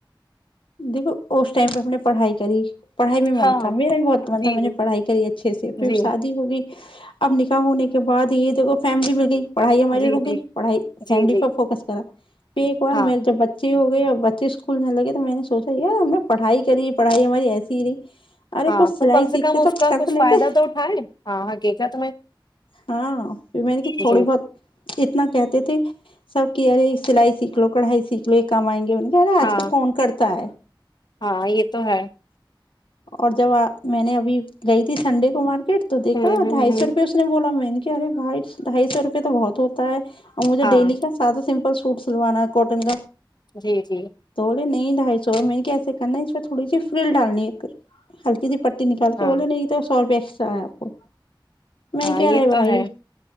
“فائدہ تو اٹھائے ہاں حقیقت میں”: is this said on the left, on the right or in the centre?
Left